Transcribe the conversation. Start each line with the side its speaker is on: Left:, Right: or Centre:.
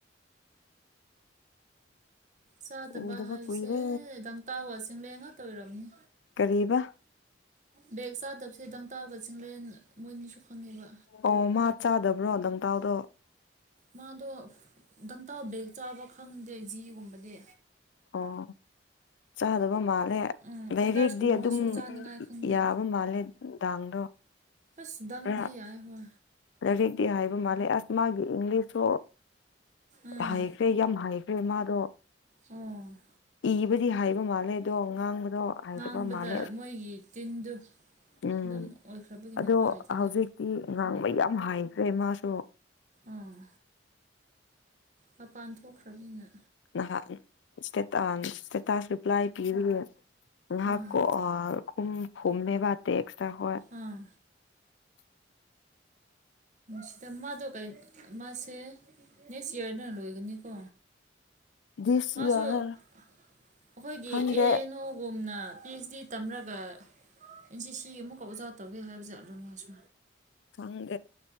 Right: ꯆꯥꯗꯕ
Left: ꯎꯗꯕ
Right: ꯍꯥꯏꯁꯦ
Left: ꯀꯨꯏꯔꯦ
Right: ꯗꯪ ꯇꯥꯎꯋꯥ ꯆꯤꯡꯂꯦꯟ ꯉꯥꯛꯇ ꯑꯣꯏꯝꯅꯤ
Left: ꯀꯕ
Right: ꯕꯦꯛ ꯆꯥꯗꯕꯁꯦ ꯗꯪ ꯇꯥꯕ ꯆꯤꯡꯂꯦꯟ ꯃꯣꯏꯅꯤꯁꯨ ꯐꯪꯉꯦꯕ
Left: ꯑꯣ ꯃꯥ ꯆꯥꯗꯕ꯭ꯔꯣ ꯂꯪꯇꯥꯎꯗꯣ
Right: ꯃꯥꯗꯣ ꯗꯪꯇꯥꯥꯎ ꯕꯦꯛ ꯆꯥꯕ ꯈꯪꯗꯦ ꯖꯤꯒꯨꯝꯕꯗꯤ
Left: ꯑꯣ ꯆꯥꯗꯕ ꯃꯥꯜꯂꯦ
Right: ꯎꯝ
Left: ꯂꯥꯏꯔꯦꯛꯇꯤ
Right: ꯑꯣꯅꯔꯁꯀꯨꯝꯕꯁꯨ
Left: ꯑꯗꯨꯝ
Right: ꯆꯥꯅꯉꯥꯏ ꯈꯪꯗꯦ
Left: ꯌꯥꯕ ꯃꯥꯜꯂꯦ ꯗꯥꯡꯗꯣ
Right: ꯁ ꯗꯪ
Left: ꯈꯔ
Right: ꯍ ꯌꯥ ꯍ
Left: ꯂꯥꯏꯔꯤꯛꯇꯤ ꯍꯥꯏꯕ ꯃꯥꯜꯂꯦ ꯑꯁ ꯃꯥꯒꯤ ꯏꯪꯂꯤꯁꯁꯨ
Right: ꯎꯝ
Left: ꯍꯥꯏ ꯐꯦ ꯌꯥꯝ ꯍꯩꯈ꯭ꯔꯦ ꯃꯥꯗꯣ
Right: ꯎꯝ
Left: ꯏꯕꯗꯤ ꯍꯥꯏꯕ ꯃꯥꯜꯂꯦ ꯑꯗꯣ ꯉꯥꯡꯕꯗꯣ ꯍꯥꯏꯗꯕ
Right: ꯉꯥꯡꯕꯗ
Left: ꯃꯥꯜꯂꯦ
Right: ꯃꯣꯏꯒꯤ ꯇꯤꯟꯗꯨ
Left: ꯎꯝ
Right: ꯑꯗꯨꯝ ꯑꯣꯏꯈ꯭ꯔꯕꯒꯤꯅꯤ
Left: ꯑꯗꯣ
Right: ꯎꯄꯥꯏ ꯂꯩꯇꯦꯗ
Left: ꯍꯧꯖꯤꯛ ꯤ ꯉꯥꯡꯕ ꯌꯥꯝ ꯍꯥꯏꯈ꯭ꯔꯦ ꯃꯥꯁꯨ
Right: ꯑꯥ ꯃꯄꯥꯟ ꯊꯣꯛꯈ꯭ꯔꯕꯅꯤꯅ
Left: ꯅꯍ ꯏꯁꯇꯦꯇꯥꯁ ꯔꯤꯄ꯭ꯂꯥꯏ ꯄꯤꯔꯤꯌꯦꯦ ꯉꯍꯥꯛ
Right: ꯑꯥ
Left: ꯈ ꯐꯨꯝꯦꯕ ꯇꯦꯛꯁꯇ꯭ꯔ ꯍ
Right: ꯑꯥ ꯁꯤꯗ ꯃꯥꯗꯣ ꯀꯩꯟ ꯃꯥꯁꯦ ꯅꯦꯛꯁ ꯏ꯭ꯌꯥꯔꯗ ꯂꯣꯏꯒꯅꯤꯀꯣ
Left: ꯗꯤꯁ
Right: ꯃꯥꯁꯨ
Left: ꯌꯔ
Right: ꯑꯩꯈꯣꯏꯒꯤ
Left: ꯈꯪꯗꯦ
Right: ꯑꯦ ꯑꯦꯟ ꯑꯣꯒꯨꯝꯅ ꯄꯤ ꯑꯩꯆ ꯗꯤ ꯇꯝꯔꯒ ꯑꯦꯟ ꯁꯤ ꯁꯤ ꯑꯃꯨꯛꯀ ꯑꯣꯖꯥ ꯇꯧꯒꯦ ꯍꯥꯏꯕꯁꯦ ꯑꯗꯨ ꯑꯗꯨꯝꯁꯨ
Left: ꯊꯪ